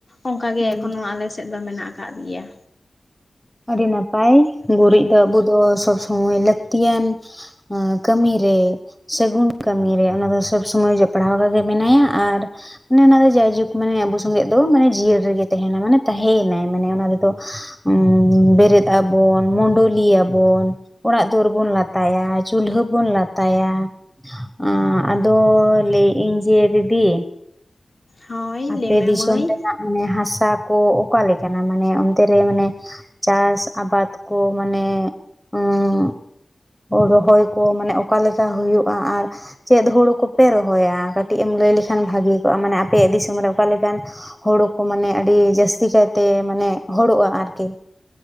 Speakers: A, on the left; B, in the centre.
A: ᱚᱱᱠᱟ ᱜᱮ
B: ᱦᱩᱸ
A: ᱮᱠᱷᱚᱱᱚ ᱟᱞᱮ ᱥᱮᱫ ᱫᱚ ᱢᱮᱱᱟᱜ ᱟᱠᱟᱫ ᱜᱮᱭᱟ
B: ᱟᱹᱰᱤ ᱱᱟᱯᱟᱭ ᱜᱩᱨᱤᱡ ᱫᱚ ᱟᱵᱚ ᱫᱚ ᱥᱚᱵᱽ ᱥᱚᱢᱚᱭ ᱞᱟᱹᱛᱤᱭᱟᱱ ᱟ ᱠᱟᱹᱢᱤ ᱨᱮ ᱥᱟᱹᱜᱩᱱ ᱠᱟᱹᱢᱤ ᱨᱮ ᱚᱱᱟ ᱫᱚ ᱥᱚᱵᱽ ᱥᱚᱢᱚᱭ ᱡᱚᱯᱲᱟᱣ ᱟᱠᱟ ᱜᱮ ᱢᱮᱱᱟᱭᱟ ᱟᱨ ᱚᱱᱮ ᱚᱱᱟ ᱫᱚ ᱡᱟᱭᱡᱩᱜᱽ ᱢᱟᱱᱮ ᱟᱵᱚ ᱥᱚᱸᱜᱮᱫ ᱫᱚ ᱢᱟᱱᱮ ᱡᱤᱭᱟᱹᱲ ᱨᱮ ᱜᱮ ᱛᱟᱦᱮᱱᱟ ᱢᱟᱱᱮ ᱛᱟᱦᱮᱸᱭᱮᱱᱟᱭ ᱢᱟᱱᱮ ᱚᱱᱟ ᱨᱮᱫᱚ ᱦᱩᱸ ᱵᱮᱨᱮᱫ ᱟᱵᱚᱱ ᱢᱩᱰᱟᱹᱞᱤᱭᱟ ᱵᱚᱱ ᱚᱲᱟᱜ ᱫᱩᱣᱟᱹᱨ ᱵᱚᱱ ᱞᱟᱛᱟᱭᱟ ᱪᱩᱞᱦᱟᱹ ᱵᱚᱱ ᱞᱟᱛᱟᱭᱟ ᱟᱸ ᱟᱫᱚ ᱞᱟᱹᱭ ᱮᱫ ᱤᱧ ᱡᱮ ᱫᱤᱫᱤ
A: ᱦᱳᱭ ᱞᱟᱹᱭᱢᱮ
B: ᱟᱯᱮ ᱫᱤᱥᱚᱢ
A: ᱢᱟᱹᱭ
B: ᱨᱮᱱᱟᱜ ᱢᱟᱱᱮ ᱦᱟᱥᱟ ᱠᱚ ᱚᱠᱟ ᱞᱮᱠᱟᱱᱟ ᱢᱟᱱᱮ ᱚᱱᱛᱮ ᱨᱮ ᱢᱟᱱᱮ ᱪᱟᱥ ᱟᱵᱟᱫ ᱠᱚ ᱢᱟᱱᱮ ᱩᱸᱻᱜ ᱨᱚᱦᱚᱭ ᱠᱚ ᱢᱟᱱᱮ ᱚᱠᱟ ᱞᱮᱠᱟ ᱦᱩᱭᱩᱜ-ᱟ ᱟᱨ ᱪᱮᱫ ᱦᱩᱲᱩ ᱠᱩᱯᱮ ᱨᱚᱦᱚᱭᱟ ᱠᱟᱹᱴᱤᱡ ᱮᱢ ᱞᱟᱹᱭ ᱞᱮᱠᱷᱟᱱ ᱵᱷᱟᱹᱜᱤ ᱠᱚᱜ-ᱟ ᱢᱟᱱᱮ ᱟᱯᱮᱭᱟᱜ ᱫᱤᱥᱚᱢ ᱨᱮ ᱚᱠᱟ ᱞᱮᱠᱟᱱ ᱦᱳᱲᱩ ᱠᱚ ᱢᱟᱱᱮ ᱟᱹᱰᱤ ᱡᱟᱹᱥᱛᱤ ᱠᱟᱭᱛᱮ ᱢᱟᱱᱮ ᱦᱳᱲᱩᱜ-ᱟ ᱟᱨᱠᱤ